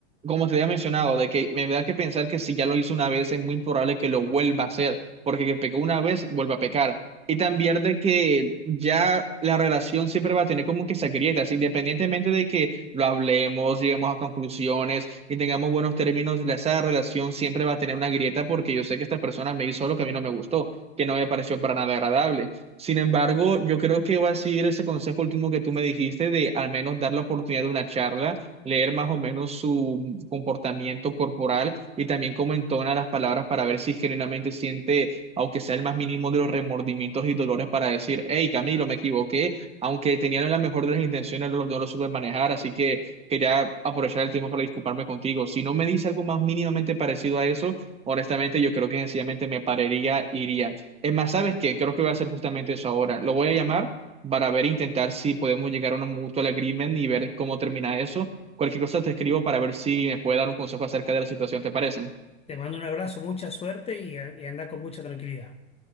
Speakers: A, on the right (about 20°); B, on the left (about 20°).
A: Como te había mencionado, de que me da que pensar que si ya lo hizo una vez es muy probable que lo vuelva a hacer porque que pecó una vez vuelve a pecar. Y también de que ya la relación siempre va a tener como que esas grietas, independientemente de que lo hablemos, lleguemos a conclusiones y tengamos buenos términos, la- esa relación siempre va a tener una grieta porque yo sé que esta persona me hizo lo que a mí no me gustó, que no me pareció para nada agradable. Sin embargo, yo creo que va a seguir ese consejo último que tú me dijiste de al menos dar la oportunidad de una charla, leer más o menos su comportamiento corporal y también cómo entona las palabras para ver si genuinamente siente aunque sea el más mínimo de los remordimientos y dolores para decir, hey, Camilo, me equivoqué, aunque tenían la mejor de las intenciones, no lo, no lo supe manejar, así que quería aprovechar el tiempo para disculparme contigo. Si no me dice algo más mínimamente parecido a eso, honestamente, yo creo que sencillamente me pararía, iría. Es más, ¿sabes qué? Creo que voy a hacer justamente eso ahora. Lo voy a llamar para ver, intentar si podemos llegar a un mutual agreement y ver cómo termina eso. Cualquier cosa te escribo para ver si me puede dar un consejo acerca de la situación, ¿te parece?
B: Te mando un abrazo, mucha suerte y, y anda con mucha tranquilidad.